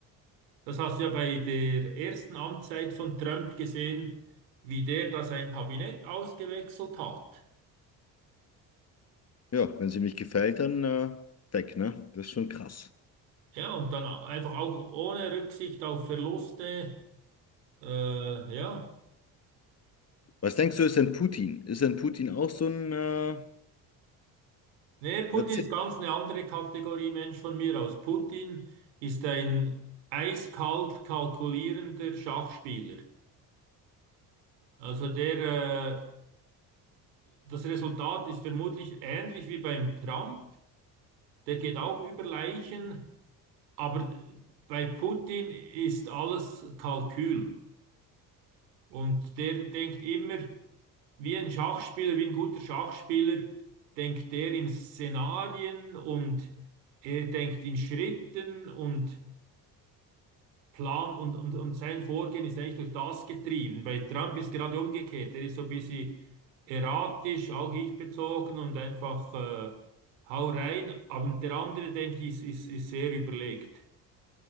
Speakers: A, on the right (about 80°); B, on the left (about 30°).
A: Das hast du ja bei der ersten Amtszeit von Trump gesehen, wie der da sein Kabinett ausgewechselt hat.
B: ja, wenn es ihm nicht gefällt, dann äh, weg, ne? Das ist schon krass.
A: Ja, und dann au- einfach auch ohne Rücksicht auf Verluste. Äh, ja.
B: Was denkst du, ist denn Putin? Ist denn Putin auch so ein äh,
A: Nee, Putin
B: Narzisst?
A: ist ganz eine andere Kategorie Mensch von mir aus. Putin ist ein eiskalt kalkulierender Schachspieler. Also der, äh, das Resultat ist vermutlich ähnlich wie beim Trump. Der geht auch über Leichen, aber bei Putin ist alles Kalkül. Und der denkt immer, wie ein Schachspieler, wie ein guter Schachspieler, denkt er in Szenarien und er denkt in Schritten und Plan und, und, und sein Vorgehen ist eigentlich durch das getrieben. Bei Trump ist gerade umgekehrt. Er ist so ein bisschen erratisch, auch ich bezogen und einfach äh, hau rein. Aber der andere, denke ich, ist, ist, ist sehr überlegt.